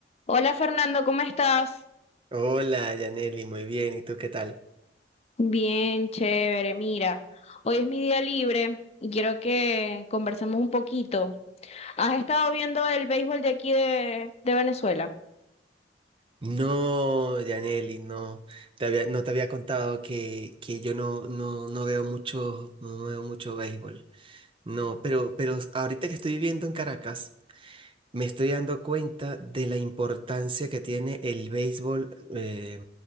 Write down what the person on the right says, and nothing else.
Hola, Yaneli, muy bien. ¿Y tú qué tal?
No, Yaneli, no. Te había- no te había contado que, que yo no, no, no veo mucho, no no veo mucho béisbol. No, pero, pero ahorita que estoy viviendo en Caracas, me estoy dando cuenta de la importancia que tiene el béisbol eh,